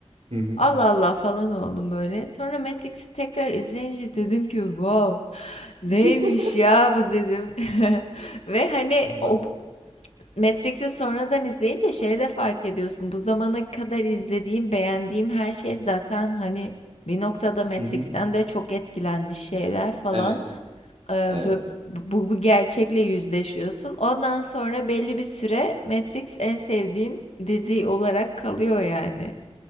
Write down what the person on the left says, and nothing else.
Allah Allah falan oldum böyle. Sonra Matrix'i tekrar izleyince dedim ki wow neymiş
ya bu dedim. <laughs> Ve hani
o, Matrix'i sonradan izleyince şey de fark ediyorsun. Bu zamana kadar izlediğim, beğendiğim her şey zaten hani bir noktada Matrix'ten
de çok etkilenmiş şeyler falan.
Ee, bö-
bu, bu gerçekle yüzleşiyorsun. Ondan sonra belli bir süre Matrix en sevdiğin dizi olarak kalıyor yani.